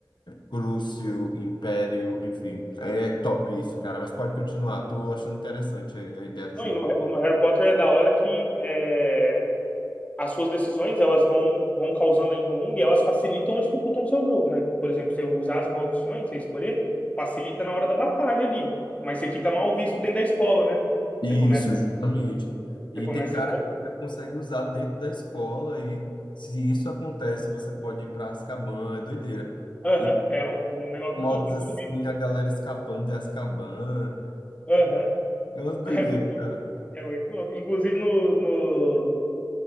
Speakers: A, on the left; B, on the left.
A: Crucio, Império, enfim. É top isso, cara, mas pode continuar. Tô achando interessante aí a ideia do jogo.
B: Não, e No, no Harry Potter é da hora que é, as suas decisões elas vão, vão causando ali no mundo e elas facilitam ou dificultam o seu jogo, né? Por exemplo, você usar as maldições, você escolher, facilita na hora da batalha ali. Mas você fica mal visto dentro da escola, né?
A: Isso,
B: Você começa,
A: justamente. E
B: você começa
A: tem cara
B: a ser mal.
A: que já consegue usar dentro da escola e se isso acontece, você pode ir para Azkaban, é doideira.
B: Aham,
A: E
B: é um, um negócio
A: modos
B: muito louco. Inclusive-
A: assim, a galera escapando de Azkaban,
B: Aham, <laughs>
A: é uma doideira,
B: é muito,
A: cara.
B: é muito louco. Inclusive no, no,